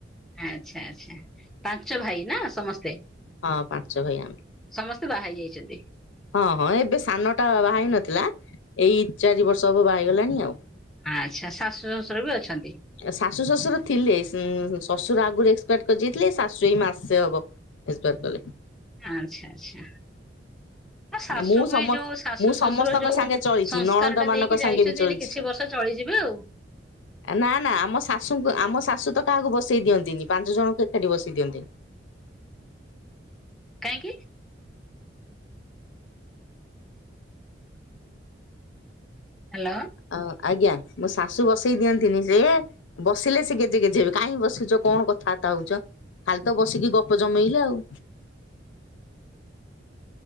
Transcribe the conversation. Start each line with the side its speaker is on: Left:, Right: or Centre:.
Centre: ଆଚ୍ଛା ଆଚ୍ଛା ପାଞ୍ଚ ଭାଇ ନା ସମସ୍ତେ।
Left: ହଁ ପାଞ୍ଚ ଭାଇ ଆମେ।
Centre: ସମସ୍ତେ ବାହା ହେଇ ଯାଇଛନ୍ତି।
Left: ହଁ ହଁ ଏବେ ସାନଟା ବାହାହେଇ ନଥିଲା ଏଇ ଚାରି ବର୍ଷ ହବ ବାହାହେଇଗଲାଣି ଆଉ।
Centre: ଆଚ୍ଛା ଶାଶୁ ଶ୍ୱଶୁର ବି ଅଛନ୍ତି।
Left: ଶାଶୁ ଶଶୁର ଥିଲେ ଶଶୁର ଆଗରୁ ଏକ୍ସପାଟ କରି ଯାଇଥିଲେ ଶାଶୁ ଏଇ ମାସେ ହବ। ଏକ୍ସପାର କଲେ।
Centre: ଆଚ୍ଛା ଆଛା। ତମ ଶାଶୁ
Left: ମୁଁ
Centre: ବି
Left: ସମ
Centre: ଯୋଉ ଶାଶୁ
Left: ମୁଁ
Centre: ଶଶୁର
Left: ସମସ୍ତଙ୍କ
Centre: ଯୋଉ
Left: ସାଙ୍ଗେ ଚଳିଛି
Centre: ସଂସ୍କାର
Left: ନଣନ୍ଦ
Centre: ଟା
Left: ମାନଙ୍କ
Centre: ଦେଇକି
Left: ସାଙ୍ଗେ
Centre: ଯାଇଛନ୍ତି
Left: ବି ଚଳିଛି
Centre: ରି କିଛି ବର୍ଷ ଚଳିଯିବେ ଆଉ।
Left: ନା- ନା ଆମ ଶାଶୁଙ୍କୁ ଆମ ଶାଶୁ ତ କାହାକୁ ବସେଇ ଦିଅନ୍ତିନି, ପାଞ୍ଚ ଜଣଙ୍କୁ ଏକାଠି ବସେଇ ଦିଅନ୍ତିନି।
Centre: କାହିଁକି? ହ୍ୟାଲୋ।
Left: ଅ ଆଜ୍ଞା ମୋ ଶାଶୁ ବସେଇ ଦିଅନ୍ତିନି, ଯେ ବସିଲେ ସେ ଗେଜେ ଗେଜେ ହେବେ, କାହିଁକି ବସୁଛ କଣ କଥାବାର୍ତ୍ତା ହଉଛ? ଖାଲି ତ ବସିକି ଗପ ଜମେଇଲେ ଆଉ।